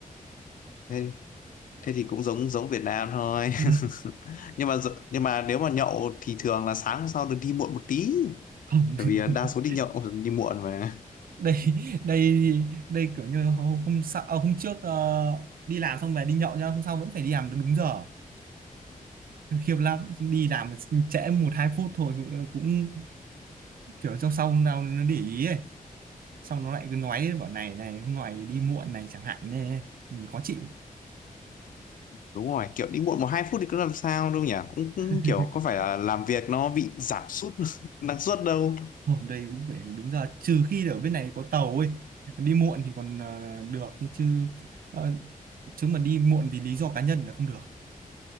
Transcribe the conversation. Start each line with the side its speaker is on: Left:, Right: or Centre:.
Left: Thế thế thì cũng giống giống Việt Nam thôi
Right: Ừ.
Left: <laughs> nhưng mà dự- nhưng mà nếu mà nhậu thì thường là sáng hôm sau được đi muộn một tí
Right: Không.
Left: bởi
Right: <laughs>
Left: vì là đa số đi nhậu đi muộn mà
Right: Đây đây đây kiểu như hôm hôm, sau, à, hôm trước ờ, đi làm xong về đi nhậu nhá, hôm sau vẫn phải đi làm đúng giờ. khiếp lắm đi làm trễ một hai phút thôi cũng, cũng kiểu trong sau nào nó để ý ấy xong nó lại cứ nói bảo này này hôm nay đi muộn này chẳng hạn nên mình khó chịu
Left: đúng rồi kiểu đi muộn một hai phút thì cũng làm sao đâu nhỉ cũng, cũng
Right: <laughs>
Left: kiểu có phải là làm việc nó bị giảm sút <laughs> năng suất đâu
Right: hôm đây cũng phải đúng giờ trừ khi ở bên này có tàu ấy đi muộn thì còn ờ, được chứ chứ ờ, chứ mà đi muộn vì lý do cá nhân là không được